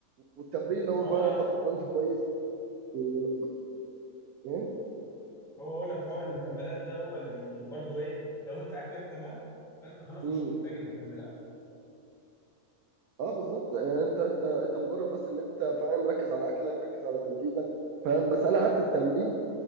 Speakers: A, on the right; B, in the centre.
A: والتمرين لو
B: ما هو
A: فعلا
B: حق
A: انت اتمرنت كويس و... ايه؟
B: هو هقول لك حوار المكملات ده هو اللي بي برضه ايه لو انت اكلك تمام فانت خلاص
A: مم.
B: مش هتحتاج المكملات
A: اه بالظبط آه، انت انت انت مجرد بس ان انت فاهم ركز على اكلك ركز على تمرينك فاهم بس انا حتى التمرين